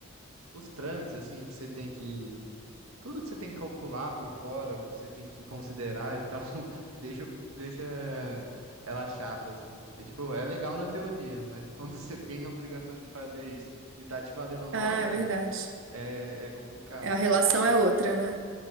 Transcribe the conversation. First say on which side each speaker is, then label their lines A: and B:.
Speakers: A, on the right; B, on the right.
A: os trâmites, assim, que você tem que tudo que você tem que calcular por fora, o que você tem que considerar e tal, <laughs> deixa, deixa ela chata, assim. É tipo, é legal na teoria, mas quando <laughs> você tem a obrigação de fazer isso e tá te valendo nota,
B: Ah, é verdade.
A: é, é complicado,
B: É, A relação é outra, né?